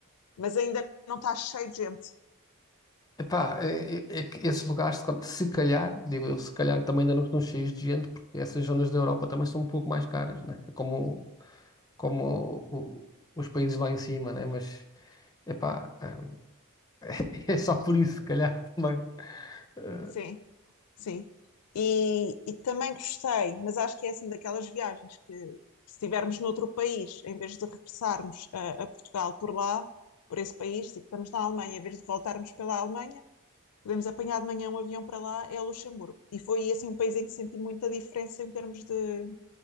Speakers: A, on the left (about 80°); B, on the left (about 15°).
A: mas ainda não está cheio de gente.
B: Epá, é, é- é que esses lugares, se cal- se calhar, digo eu, se calhar também ainda não estão cheios de gente, porque essas zonas da Europa também são um pouco mais caras, né? É Como, como o- o- os países lá em cima, né? Mas, epá, hum, <laughs> é só por isso, se calhar, também. Eh,
A: Sim. Sim. E, e também gostei, mas acho que é assim daquelas viagens que, se estivermos noutro país, em vez de regressarmos a, a Portugal por lá, por esse país, tipo, estamos na Alemanha, em vez de voltarmos pela Alemanha, podemos apanhar de manhã um avião para lá, é Luxemburgo. E foi assim um país em que senti muita diferença em termos de, de